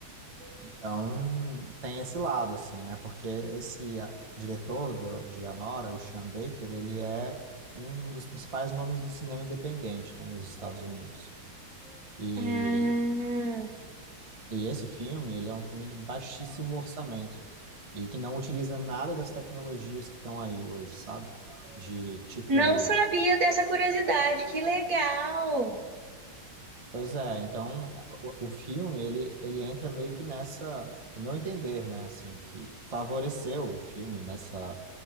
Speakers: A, on the right; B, on the right.
A: Então, tem esse lado, assim, né? Porque esse a- diretor do, de Anora, o Sean Baker, ele é um dos principais nomes do cinema independente, né, nos Estados Unidos. E,
B: Ah,
A: e esse filme, ele é um filme de baixíssimo orçamento e que não utiliza nada das tecnologias que estão aí hoje, sabe? De tipo...
B: não sabia dessa curiosidade, que legal.
A: Pois é, então o, o filme, ele, ele entra meio que nessa... no Meu entender, né? Assim, que favoreceu o filme nessa